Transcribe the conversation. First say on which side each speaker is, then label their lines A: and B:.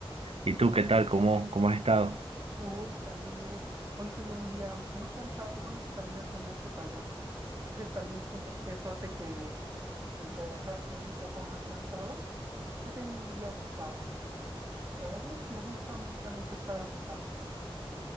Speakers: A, on the right; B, on the right.
A: ¿Y tú qué tal? ¿Cómo, cómo has estado?
B: Hoy también. Hoy tuve un día muy cansado. Bueno, es que también hace mucho calor. Entonces también siento que eso hace que el trabajar sea un poco más cansado. He tenido un día ocupado. Pero bien, me gusta honestamente estar ocupado.